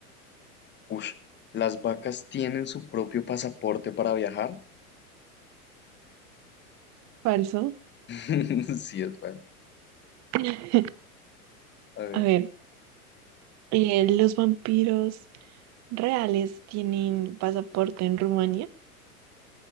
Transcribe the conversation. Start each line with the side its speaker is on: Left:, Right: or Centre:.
Left: ush, ¿las vacas tienen su propio pasaporte para viajar?
Right: Falso.
Left: <laughs> Sí, es bueno.
Right: <laughs>
Left: A ver.
Right: A ver, eh, ¿los vampiros reales tienen pasaporte en Rumania?